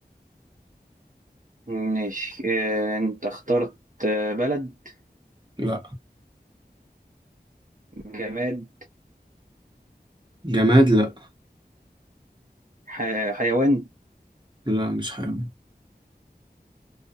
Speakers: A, on the right (about 50°); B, on the right (about 25°).
A: ماشي آه، انت اخترت آه، بلد
B: لا
A: جماد
B: جماد لا
A: ح- حيوان
B: لا مش حاجه